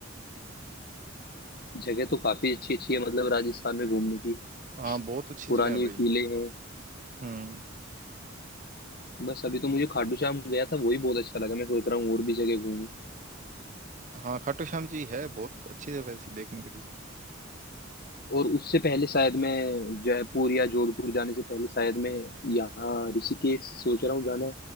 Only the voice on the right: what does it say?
हाँ बहुत अच्छी
जगह है भाई
हम्म
हाँ खाटू श्याम जी है बहुत अच्छी जगह है वैसे देखने के लिए